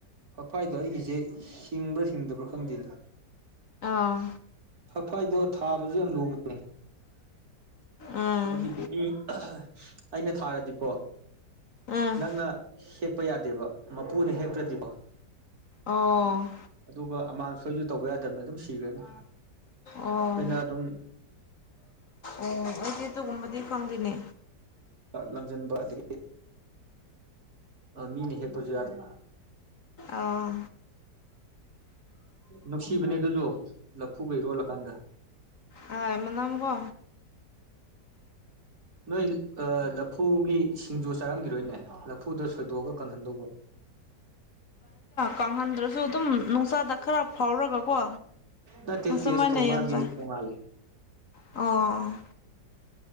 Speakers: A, on the right; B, on the left.
A: ꯐꯛꯐꯥꯏꯗꯣ ꯑꯩꯒꯤꯖꯤ ꯍꯤꯡꯕ꯭ꯔꯥ ꯍꯤꯡꯗꯕ꯭ꯔꯥ ꯈꯪꯗꯦ
B: ꯑꯥ
A: ꯐꯛꯐꯥꯢꯗꯣ ꯊꯥꯕꯖꯨ ꯌꯥꯝ ꯂꯨꯕꯅꯦ
B: ꯎꯝ
A: ꯍꯥꯏꯗꯤ ꯃꯤ ꯑꯩꯅ ꯊꯥꯔꯗꯤꯀꯣ
B: ꯎꯝ
A: ꯅꯪꯅ ꯍꯦꯛꯄ ꯌꯥꯗꯦꯕ ꯃꯄꯨꯅ ꯍꯦꯛꯇ꯭ꯔꯗꯤꯀꯣ
B: ꯑꯣ
A: ꯑꯗꯨꯒ ꯑꯃꯥꯡ ꯁꯣꯏꯁꯨ ꯇꯧꯕ ꯌꯥꯗꯕꯅ ꯑꯗꯨꯝ ꯁꯤꯈ꯭ꯔꯅꯤ
B: ꯑꯣ
A: ꯑꯩꯈꯣꯏꯅ ꯑꯗꯨꯝ
B: ꯑꯣ ꯑꯩꯗꯤ ꯑꯗꯨꯒꯨꯝꯕꯗꯤ ꯈꯪꯗꯦꯅꯦ
A: ꯂꯪꯁꯤꯟꯕ ꯑꯗꯒꯤ ꯑ ꯃꯤꯅ ꯍꯦꯛꯄꯁꯨ ꯌꯥꯗꯦ
B: ꯑꯥ
A: ꯅꯨꯡꯁꯤꯕꯅꯦ ꯑꯗꯨꯁꯨ ꯂꯐꯨꯒ ꯏꯔꯣꯜꯂꯀꯥꯟꯗ
B: ꯑ ꯃꯃꯅꯒꯣ
A: ꯅꯣꯏ ꯂꯐꯨꯒꯤ ꯁꯤꯡꯖꯨ ꯆꯥꯔꯝꯈꯤꯔꯣꯏꯅꯦ ꯂꯐꯨꯗ ꯁꯣꯏꯗꯣꯛꯑꯒ ꯀꯪꯍꯟꯗꯧꯕ
B: ꯀꯪꯍꯟꯗ꯭ꯔ ꯁꯨ ꯑꯗꯨꯝ ꯅꯨꯡꯁꯥꯗ ꯈꯔ ꯐꯥꯎꯔꯒꯀꯣ
A: ꯅꯠꯇꯦ
B: ꯑꯁꯨꯃꯥꯏꯅ
A: ꯇꯦꯁꯇꯣ ꯃꯥꯒꯤ
B: ꯌꯥꯝ ꯆꯥꯏ
A: ꯇꯣꯡꯉꯥꯜꯂꯦ
B: ꯑꯣ